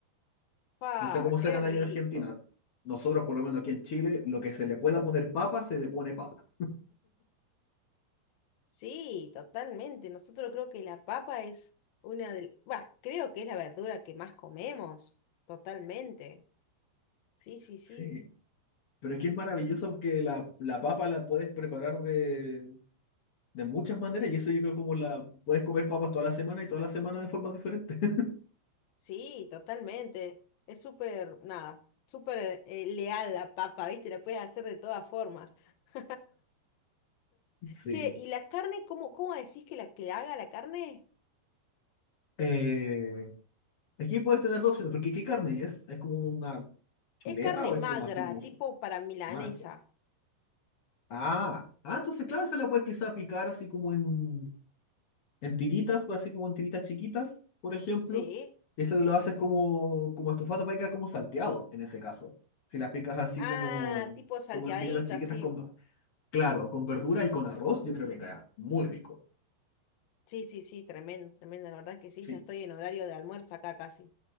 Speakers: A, on the left; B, on the left.
A: <laughs> Pa,
B: No sé cómo serán
A: qué rico!
B: allá en Argentina. Nosotros, por lo menos aquí en Chile, lo que se le pueda poner papa, se le pone papa.
A: Sí, totalmente. Nosotros creo que la papa es una de... Bueno, creo que es la verdura que más comemos. Totalmente. Sí, sí, sí.
B: Sí, pero es que es maravilloso
A: Y
B: que la, la papa la puedes preparar de de muchas maneras y eso yo creo como la puedes comer papas toda la semana y toda la semana de formas diferentes. <laughs>
A: sí, totalmente. Es súper, nada, súper eh, leal la papa, ¿viste? La puedes hacer de todas formas. <laughs>
B: Sí.
A: Che, ¿y la carne, cómo, cómo decís que la que la haga la carne?
B: Eh, aquí puedes tener dos opciones, porque ¿qué carne es? ¿Es como una chuleta
A: Es carne
B: o
A: magra,
B: es como así como
A: tipo
B: su
A: para milanesa.
B: magua? Ah, ah, entonces claro, se la puedes quizá picar así como en, en tiritas, pues, así como en tiritas chiquitas, por ejemplo.
A: Sí.
B: Eso lo haces como, como estofado para quedar como salteado en ese caso. Si la picas así
A: Ah,
B: como,
A: tipo salteadito,
B: como en tiritas chiquitas
A: así.
B: con, claro, con verdura y con arroz, yo creo que queda muy rico.
A: Sí, sí, sí, tremendo, tremendo. La verdad es que sí,
B: Sí.
A: ya estoy en horario de almuerzo acá casi.